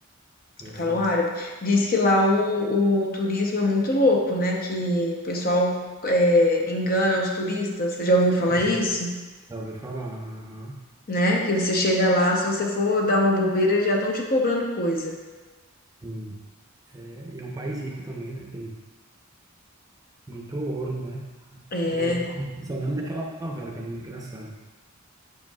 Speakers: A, on the right (about 15°); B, on the left (about 45°).
A: Pois
B: falam
A: é,
B: árabe. Diz que lá o, o turismo é muito louco, né? Que o pessoal é, engana os turistas. Você já ouviu falar
A: sim,
B: isso?
A: já ouvi falar, aham,
B: Né? Que você chega lá, se você for dar uma bobeira, eles já estão te cobrando coisa.
A: sim. É, e é um país rico também, né? Tem muito ouro, né?
B: É,
A: E aí, eu só lembro daquela novela, que era muito engraçado.